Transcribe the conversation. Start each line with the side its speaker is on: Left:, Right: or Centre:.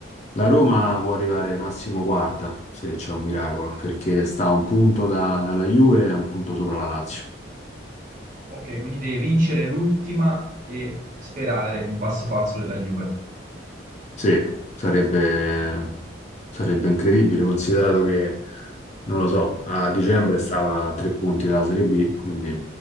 Left: La Roma può arrivare massimo quarta, se c'è un miracolo,
Right: Ah,
Left: perché sta a un punto da- dalla Juve e un punto sopra la Lazio.
Right: ok, quindi deve vincere l'ultima e sperare in un passo falso della Juve.
Left: Sì, sarebbe,
Right: Ok.
Left: sarebbe incredibile, considerato che, non lo so, a dicembre stava a tre punti dalla Serie B, quindi